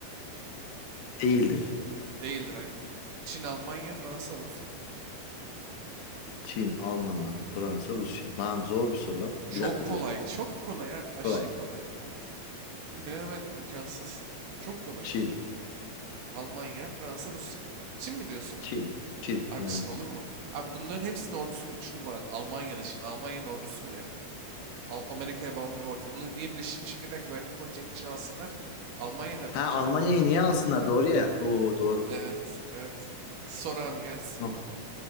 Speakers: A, on the left (about 85°); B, on the right (about 65°).
A: değildir.
B: Değildir aynen. Çin, Almanya, Fransa, Rusya.
A: Çin, Almanlar, Fransa, Rusya. Lan zor bir soru lan.
B: Çok
A: Bir dakika
B: kolay.
A: dur.
B: Çok kolay abi. Aşırı
A: Kolay.
B: kolay. yani. Bunu bilememen imkansız. Çok kolay.
A: Çin,
B: Almanya, Fransa, Rusya. Çin mi diyorsun?
A: Çin, Çin.
B: Abi
A: Ha.
B: Çin olur mu? Abi bunların hepsinin ordusu güçlü bu arada. Almanya dışında. Almanya'nın ordusu bile yok yani. Al- Amerika'ya bağımlı bir ordu. Bunu niye Birleşmiş Milletler Güvenlik Konseyi'nin içine alsınlar ki? Almanya tabii
A: Ha
B: ki cevap.
A: Almanya'yı niye alsınlar? Doğru ya. Oo doğru.
B: Evet, evet. Sor abi gelsin.
A: Tamam.